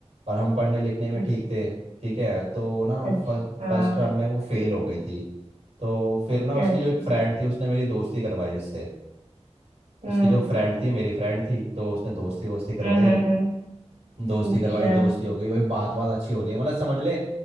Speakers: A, on the right; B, on the right.
A: और हम पढ़ने लिखने में
B: अच्छा
A: ठीक थे ठीक है तो ना
B: अच्छा
A: फर्स्ट
B: हाँ
A: टर्म में वो फेल हो गई थी तो फिर ना उसकी
B: अच्छा
A: जो एक फ्रेंड थी उसने मेरी दोस्ती करवाई उससे
B: हम्म
A: उसकी जो फ्रेंड थी मेरी फ्रेंड थी तो उसने दोस्ती वोस्ती करवाई
B: हम्म हम्म हम्म।
A: दोस्ती
B: अच्छा
A: करवाई दोस्ती हो गई भाई बात बात अच्छी हो रही है मतलब समझ ले अ,